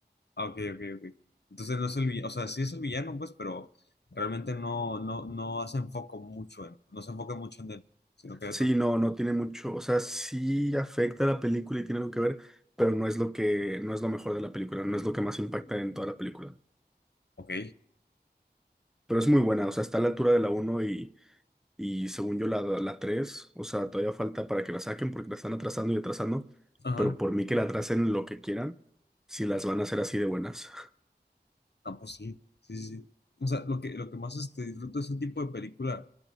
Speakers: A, on the left; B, in the centre.
A: Ah, ok, ok, ok. Entonces no es el villano, o sea, sí es el villano, pues, pero realmente no, no, no hace enfoco mucho en, no se enfoca mucho en él, sino que...
B: Sí, no, no tiene mucho, o sea, sí afecta a la película y tiene algo que ver, pero no es lo que, no es lo mejor de la película, no es lo que más impacta en toda la película.
A: Ok.
B: Pero es muy buena, o sea, está a la altura de la uno y, y según yo la, la tres o sea, todavía falta para que la saquen porque la están atrasando y atrasando,
A: Ajá.
B: pero por mí que la atrasen lo que quieran, si las van a hacer así de buenas.
A: No, pues sí, sí, sí. sí. O sea, lo que, lo que más este, disfruto de ese tipo de película